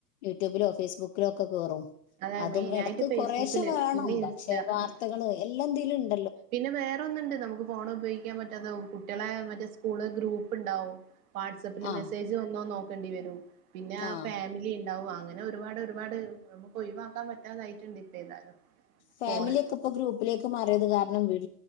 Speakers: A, on the left; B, on the right.
A: യൂട്യൂബിലോ ഫേസ്ബുക്കിലോ ഒക്കെ കേറും
B: അതെ
A: അതും
B: മെയിനായിട്ട്
A: ഇടക്ക്
B: ഫേസ്ബുക്കില്
A: കുറേശെ വേണം
B: പിന്നെ ഇൻസ്റ്റ
A: പക്ഷെ വാർത്തകള് എല്ലാം എന്തേലും ഇ
B: പിന്നെ വേറോന്ന് ഉണ്ട് നമുക്ക് ഫോണ് ഉപയോഗിക്കാൻ പറ്റാത്ത വകുപ്പ് കുട്ടികളെ മറ്റേ സ്കൂള് ഗ്രൂപ്പ് ഉണ്ടാവും വാട്സ്സആപ്പില്
A: ആഹ്
B: മെസ്സേജ് വന്നോ നോക്കേണ്ടി വരും പിന്നെ
A: ആഹ്
B: ഫാമിലി ഉണ്ടാവും അങ്ങനെ ഒരുപാട് ഒരുപാട് നമുക്ക് ഒഴിവാക്കാൻ പറ്റാതായിട്ടുണ്ട് ഏതായാലും
A: ഫാമിലി
B: ഫോണ്
A: ഒക്കെ ഇപ്പൊ ഗ്രൂപ്പിലേക്ക് മാറിയത് കാരണം വീട്ട